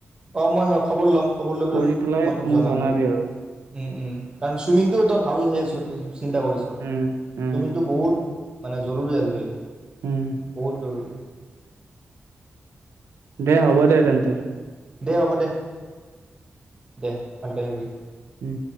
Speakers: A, on the right; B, on the right.
A: অ', মই হয় খবৰ ল'ম খবৰ লৈ পেলাই
B: কৰি
A: মোক মই তোক
B: মোক
A: জনাম
B: জনাবি
A: দে। উম,
B: আৰু
A: উম, কাৰণ চুইমিংটো এটা ভা ভাল <unintelligible> চিন্তা কৰিছ,
B: উম উম
A: ছুইমিংটো বহুত মানে জৰুৰী আজিকালি।
B: উম
A: বহুত জৰুৰী।
B: এ, হ'ব দে তেন্তে।
A: দে, হ'ব দে, দে। ভালকে থাকিবি।
B: উম।